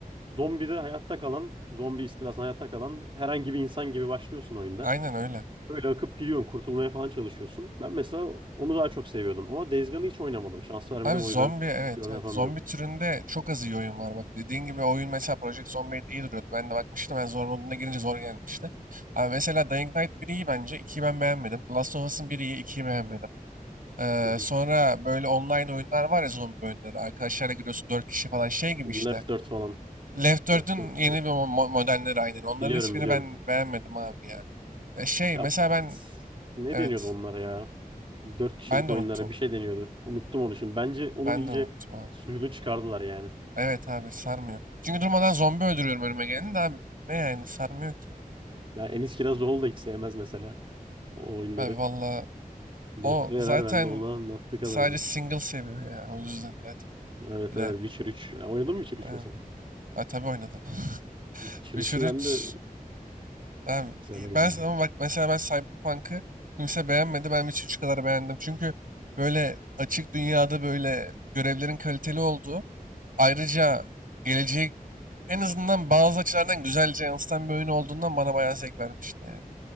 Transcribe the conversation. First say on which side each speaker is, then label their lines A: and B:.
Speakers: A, on the right (about 35°); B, on the right (about 65°).
A: zombide hayatta kalan, zombi istilasında hayatta kalan herhangi bir insan gibi başlıyorsun oyunda.
B: Aynen öyle.
A: Böyle akıp gidiyorsun, kurtulmaya falan çalışıyorsun. Ben mesela onu daha çok seviyordum ama Days Gone'ı hiç oynamadım. Şans vermedim
B: Abi zombi
A: o yüzden
B: evet
A: yorum
B: evet.
A: yapamayacağım.
B: Zombi türünde çok az iyi oyun var. Bak dediğin gibi oyun mesela Project Zomboid iyi duruyordu. Ben de bakmıştım. Ben zor moduna girince zor gelmişti. Abi mesela Dying Light 1 iyi bence. 2'yi ben beğenmedim. The Last of Us'ın 1 iyi. 2'yi beğenmedim. Ee,
A: Hı hı.
B: sonra böyle online oyunlar var ya zombi oyunları. Arkadaşlarla giriyorsun 4 kişi falan şey gibi işte.
A: Left 4 falan.
B: Left 4'ün
A: Left 4.
B: yeni bir mo- mo- modelleri aynen. Onların
A: Biliyorum
B: hiçbirini
A: biliyorum.
B: ben beğenmedim abi ya. E, şey
A: Ya
B: mesela ben
A: ne
B: evet
A: deniyordu onlara ya? Dört kişilik
B: ben de
A: oyunlara
B: unuttum.
A: bir şey deniyordu. Unuttum onu şimdi. Bence onun
B: Ben
A: iyice
B: de unuttum abi.
A: suyunu çıkardılar yani.
B: Evet abi sarmıyor. Çünkü durmadan zombi öldürüyorum önüme geleni de abi ne yani sarmıyor ki.
A: Ya Enis Kirazoğlu da hiç sevmez mesela o oyunları.
B: Abi valla o
A: Nefret
B: zaten
A: eder ben de onu anlattığı kadarıyla.
B: sadece single seviyor ya. O yüzden zaten.
A: Evet
B: Bir
A: evet
B: de
A: Witcher üç Ya oynadın mı Witcher
B: aynen.
A: üç mesela?
B: Ha, tabii oynadım. <laughs>
A: Witcher
B: Witcher
A: 3'ü ben
B: 3
A: de
B: Abi,
A: <laughs> güzel
B: e,
A: oyun
B: ben
A: ya.
B: ama bak mesela ben Cyberpunk'ı kimse beğenmedi. Ben Witcher 3 kadar beğendim. Çünkü böyle açık dünyada böyle görevlerin kaliteli olduğu, ayrıca geleceği en azından bazı açılardan güzelce yansıtan bir oyun olduğundan bana bayağı zevk vermişti yani.